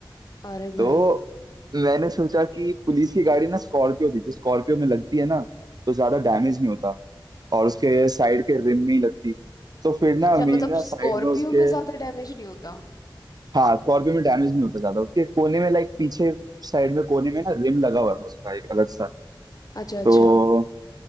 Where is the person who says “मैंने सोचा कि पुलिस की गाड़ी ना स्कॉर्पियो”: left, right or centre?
Right